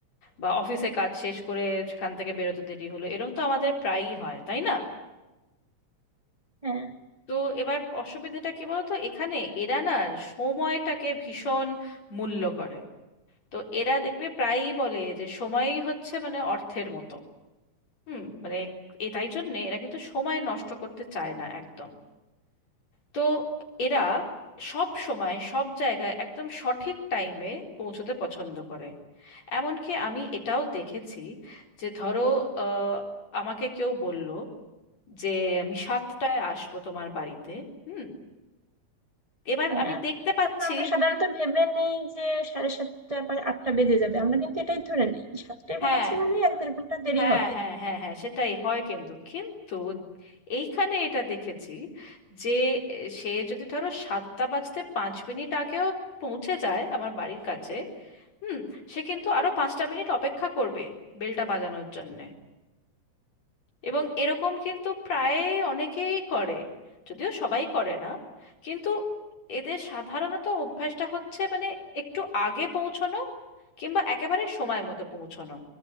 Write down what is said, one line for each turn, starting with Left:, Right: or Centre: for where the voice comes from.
Left: বা অফিসে কাজ শেষ করে সেখান থেকে বেরোতে দেরি হলো এরকম তো আমাদের প্রায়ই হয় তাই না
Right: হ্যাঁ
Left: তো এবার অসুবিধাটা কি বলতো এখানে এরা না সময়টাকে ভীষণ মূল্য করে তো এরা দেখবে প্রায়ই বলে যে সময়ই হচ্ছে মানে অর্থের মতো হুম মানে এটাই জন্যে এরা কিন্তু সময় নষ্ট করতে চায় না একদম তো এরা সব সময় সব জায়গায় একদম সঠিক টাইমে পৌঁছতে পছন্দ করে এমনকি আমি এটাও দেখেছি যে ধরো আহ, আমাকে কেউ বলল যে আমি সাতটায় আসবো তোমার বাড়িতে হুম এবার
Right: হ্যাঁ
Left: আমি দেখতে পাচ্ছি
Right: তারপর আমরা সাধারণত ভেবে নেই যে সাড়ে সাতটা বা আটটা বেজে যাবে আমরা কিন্তু এটাই ধরে নেই সাতটায়
Left: হ্যাঁ
Right: বলেছি মানে এক দেড় ঘন্টা দেরি
Left: হ্যাঁ
Right: হবে
Left: হ্যাঁ হ্যাঁ হ্যাঁ সেটাই হয় কিন্তু কিন্তু এইখানে এটা দেখেছি যে এ, সে যদি ধরো সাতটা বাজতে পাঁচ মিনিট আগেও পৌঁছে যায় আমার বাড়ির কাছে হুম সে কিন্তু আরো পাঁচটা মিনিট অপেক্ষা করবে বেলটা বাজানোর জন্যে এবং এরকম কিন্তু প্রায় অনেকেই করে যদিও সবাই করে না কিন্তু এদের সাধারণত অভ্যাসটা হচ্ছে মানে একটু আগে পৌঁছানো কিংবা একেবারে সময় মতো পৌঁছানো